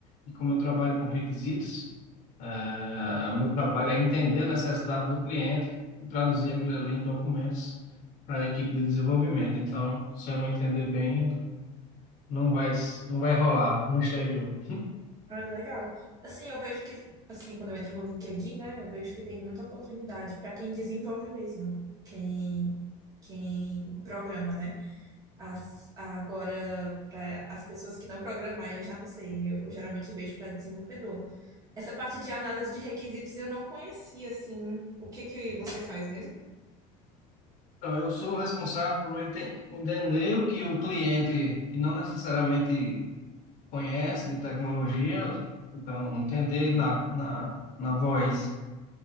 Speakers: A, on the left; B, on the right.
A: E como eu trabalho com requisitos É, é, o meu trabalho é entender a necessidade do cliente e traduzir aquilo ali em documentos para a equipe de desenvolvimento. Então, se eu não entender bem, não vai, não vai rolar no exterior.
B: Ah, legal. Assim, eu vejo que, assim, quando eu entro no LinkedIn, né, eu vejo que tem muita oportunidade para quem desenvolve mesmo, quem, quem programa, né? As, agora, para as pessoas que não programam, aí eu já não sei, eu, eu geralmente vejo para desenvolvedor. Essa parte de análise de requisitos eu não conhecia, assim, o que que você faz mesmo?
A: Então, eu sou responsável por ente- entender o que o cliente, que não necessariamente conhece de tecnologia, então, entender na, na, na voz.